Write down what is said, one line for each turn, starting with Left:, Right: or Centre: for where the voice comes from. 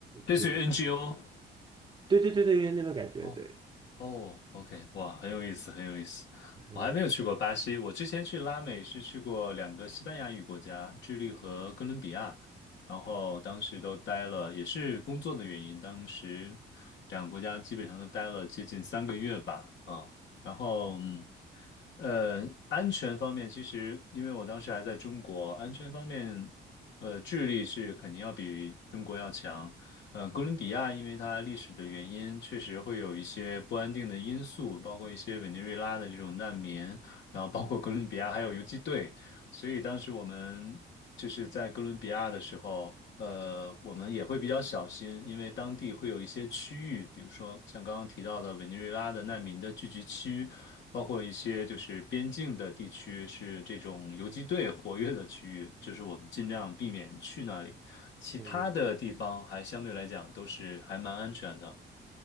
Left: 类似于
Right: 对
Left: NGO。
Right: 对对对对，有点那种感觉，
Left: 哦
Right: 对，
Left: 哦，OK，哇，很有意思，很有意思。
Right: 嗯
Left: 我还没有去过巴西，我之前去拉美是去过两个西班牙语国家，智利和哥伦比亚，然后当时都待了，也是工作的原因，当时两个国家基本上都待了接近三个月吧，啊，然后嗯。呃，安全方面，其实因为我当时还在中国，安全方面，呃，智利是肯定要比中国要强。呃，哥伦比亚因为它历史的原因，确实会有一些不安定的因素，包括一些委内瑞拉的这种难民，然后包括哥伦比亚还有游击队，所以当时我们就是在哥伦比亚的时候，呃，我们也会比较小心，因为当地会有一些区域，比如说像刚刚提到的委内瑞拉的难民的聚集区，包括一些就是边境的地区是这种游击队活跃的区域，就是我们尽量避免去那里。其他的地方还相对来讲都是还蛮安全的。
Right: 嗯。